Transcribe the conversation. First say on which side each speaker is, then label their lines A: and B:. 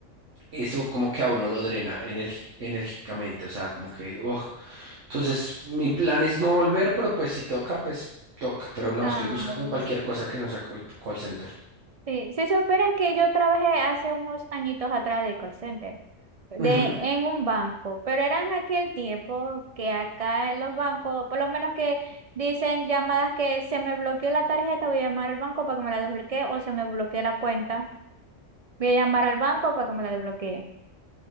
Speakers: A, on the right (about 70°); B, on the right (about 50°).
A: eso como que a uno lo drena energi- enérgicamente, o sea, como que, oh, entonces mi plan es no volver, pero pues si toca, pues toca, pero no,
B: Ah,
A: estoy buscando cualquier cosa que no sea call, call center.
B: sí. Si supieras que yo trabajé hace unos añitos atrás de call center, de,
A: Ujú.
B: en un banco, pero era en aquel tiempo que acá en los bancos, por lo menos que dicen llamadas que se me bloqueó la tarjeta, voy a llamar al banco para que me la desbloquee, o se me bloqueó la cuenta, voy a llamar al banco para que me la desbloquee.